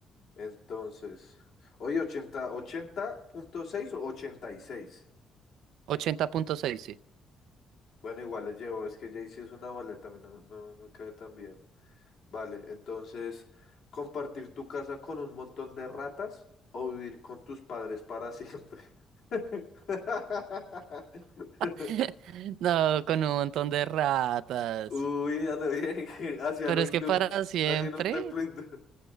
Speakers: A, on the left; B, on the right.
A: Entonces, oye, ochenta ochenta punto seis o ochenta y seis
B: 80.6,
A: Bueno, igual le llevo, es que Jay-Z es una boleta, a mí no, no, no me cae tan bien. Vale, entonces, ¿compartir tu casa con un montón de ratas o vivir con tus padres para siempre? <laughs>
B: <laughs> No, con un montón de ratas.
A: Uy, a lo bien, <laughs> hacia
B: Pero
A: lo
B: es
A: hindú,
B: que para siempre,
A: hacia un templo hindú.